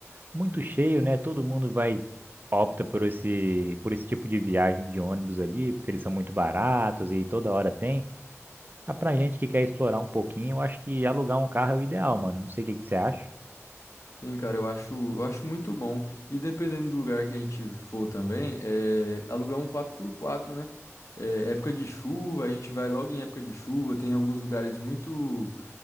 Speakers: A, on the right; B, on the left.
A: muito cheio, né? Todo mundo vai, opta por esse, por esse tipo de viagem de ônibus ali, porque eles são muito baratos e toda hora tem. Mas pra gente que quer explorar um pouquinho, eu acho que alugar um carro é o ideal, mano. Não sei o que que você acha.
B: Sim, cara, eu acho, eu acho muito bom. E dependendo do lugar que a gente for também, é alugar um quatro por quatro né? É, época de chuva, a gente vai logo em época de chuva. Tem alguns lugares muito